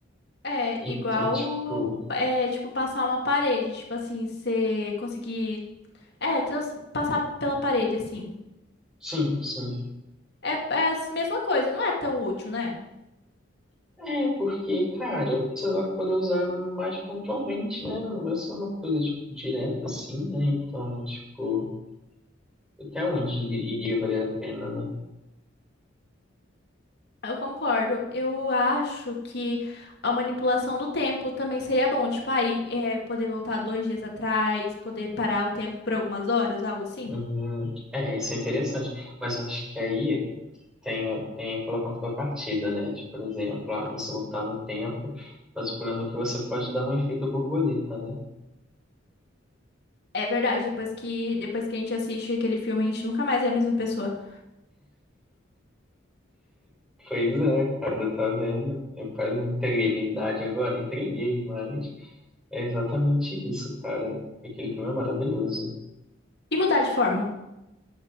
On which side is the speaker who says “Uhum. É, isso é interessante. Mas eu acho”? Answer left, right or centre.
Centre